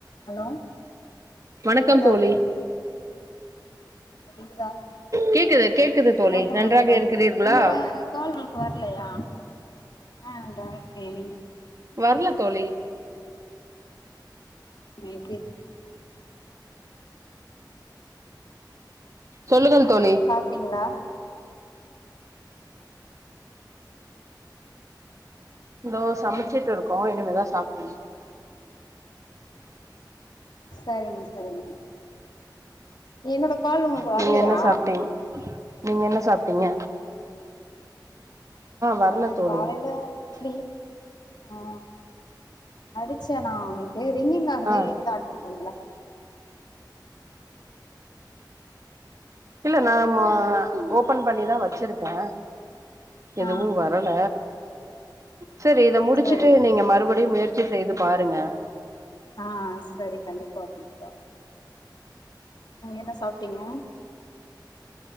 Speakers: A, on the left (about 70°); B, on the right (about 45°).
A: Hello
B: வணக்கம்
A: கேக்குதா
B: தோழி
A: கேக்குதா
B: கேக்குது கேக்குது தோழி
A: வணக்கம்
B: நன்றாக
A: வணக்கம்
B: இருக்குறீர்களா
A: என்னோட கால் உங்களுக்கு வர்லையா ஆ நன்றாக இருக்கிறேன் நீங்க
B: வர்ல தோழி
A: நேத்தி
B: சொல்லுங்கள் தோழி
A: ப்ட்டீங்களா
B: இதோ சமச்சிட்டு இருக்கோ இனிமேதா சாப்புன்னும்
A: சரிங்க சரிங்க என்னோட கால் உங்களுக்கு
B: நீங்க
A: வர்லியா
B: என்ன சாப்ட்டீங் நீங்க என்ன சாப்ட்டீங்க வரல
A: ஆ
B: தோழி
A: காலைல இட்லி ஆ அடிச்சே நா உங்களுக்கு ரிங்கிங் ஆகுதே
B: ஆ
A: நீங்கதா ஆட்டன் பண்ல
B: இல்ல நா ஆமா ஓபன் பண்ணிதா வச்சிருக்கே எதுவும்
A: ஆ
B: வரல செரி இத முடிச்சுட்டு
A: சரிங்க சரி
B: நீங்க மறுபடியு முயற்சி செய்து பாருங்க
A: ஆ சரி கண்டிப்பா கண்டிப்பா நீங்க என்ன சாப்ட்டீங்க